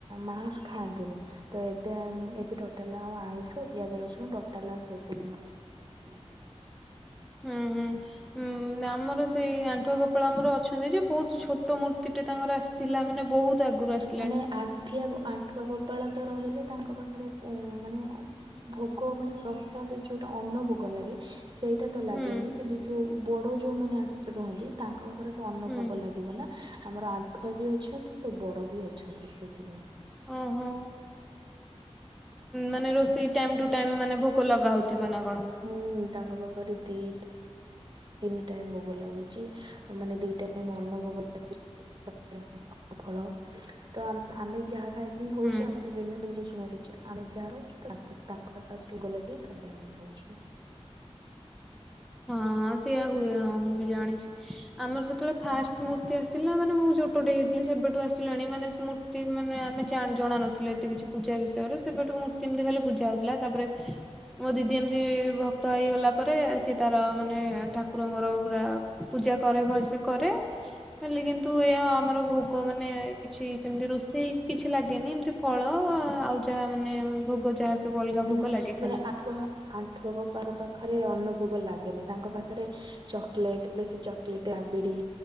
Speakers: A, on the right (about 45°); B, in the centre.
A: ମା ଖାଆନ୍ତିନି। ତ ଏବେ ଏବେ ଟୋଟାଲା ଆଉ ଆଇଁଷ ପିଆଜ ରସୁଣ ଟୋଟାଲ ଆଉ ସେ ସବୁ ନୁହଁ। ନାଇଁ
B: ହୁଁ ହୁଁଁ ଆମର ସେଇ ଆଣ୍ଠୁଆ ଗୋପାଳ ଆମର ଅଛନ୍ତି ଯେ ବହୁତ ଛୋଟ ଛୋଟ ମୂର୍ତ୍ତି ଟେ ତାଙ୍କର ଆସିଥିଲା ମାନେ ବହୁତ ଆଗରୁ ଆସି
A: ମାନେ ଆଠିଗ ଆଣ୍ଠୁଆଗୋ ଉତ୍ପାଳତ ରହିଲେ ତାଙ୍କ ପାଖରେ ଉ ମାନେ ଭୋଗ ମାନେ ପ୍ରସାଦ ଯୋଉଟା ଅନ୍ନ ଭୋଗ ଲାଗେ ସେଇଟା ତ ଲାଗେନି
B: ହୁଁ
A: କିନ୍ତୁ ଯୋଉ ବଡ ଯୋଉମାନେ ଆସି ରୁହନ୍ତି ତାଙ୍କ ପାଖରେ ତ ଅନୁଭୋଗ
B: ହୁଁ
A: ଲାଗେ। <unintelligible> ଆମର ଆଣ୍ଠୁଆ ବି ଅଛନ୍ତି ତ ବଡ ବି ଅଛନ୍ତି ସେଥିପାଇଁ।
B: ଓହୋ। ମାନେ ରୋଷେଇ ଟାଇମ ଟୁ ଟାଇମ ମାନେ ଭୋଗ ଲଗ ହଉଥିବ ନା କଣ?
A: ହୁଁ ତାଙ୍କ ପାଖରେ ଦିଟ ତିନି ଟାଇମ ଭୋଗ ଲାଗୁଚି ମାନେ ଦି ଟ ଅନ ଭୋଗ ଲାଗୁଚି। ଫଳ ତ ଆମେ ଯାହା ଖାଇବ ହଉଚେ
B: ହୁଁ।
A: ଆମ ବିନା ପିଆଜ ରସୁଣ ହଉଚି ଆମେ ଯାହା ଖାଉଚୁ ତାଙ୍କୁ ତାଙ୍କ ପାଖରେ ଫାଷ୍ଟ ଭୋଗ ଲଗେଇ ତାପରେ ଆମେ ଖାଉଚୁ।
B: ହଁ ହଁ ସେଇୟଆ ହୁଏ ହଁ ମୁଁ ବି ଜାଣିଚି। ଆମର ଯେତେବେଳେ ଫାଷ୍ଟ ମୂର୍ତ୍ତି ଆସିଥିଲା ମାନେ ମୁଁ ଛୋଟଟେ ହେଇଥିଲ ସେବେଠୁ ଆସିଲାଣି ମାନେ ତି ମାନେ ଆମେ ଜଣ ନଥିଲେ ଏତେ କିଛି ପୂଜା ବିଷୟରେ ସେବେଠୁ ମୂର୍ତ୍ତି ଏମିତି ଖାଲି ପୂଜା ହଉଥିଲା ତାପରେ ମୋ ଦିଦି ଏମିତି ଭକ୍ତ ହେଇଗଲା ପରେ ସିଏ ତାର ମାନେ ଠାକୁରଙ୍କର ପୁରା ପୂଜା କରେ ଭଲସେ କରେ। ଖାଲି କିନ୍ତୁ ଏ ଆମର ଭୋଗ ମାନେ କିଛି ସେମତି ରୋଷେଇ କିଛି ଲାଗେନି। ଏମିତି ଫଳ ଆଉ ଯାହା ମାନେ ଭୋଗ ଯାହା ସବୁ ଅଲଗା ଭୋଗ
A: ଉୁଁ
B: ଲାଗେ ଖାଲି।
A: ମାନେ ଆଣ୍ଠୁଆ ଆଣ୍ଠୁଆ ଗୋପାଳ ପାଖରେ ଅନ୍ନଭୋଗ ଲାଗେନି। ତାଙ୍କ ପାଖରେ ଚକୋଲେଟ୍ ବେଶୀ ଚକୋଲେଟ୍ ରାବିଡି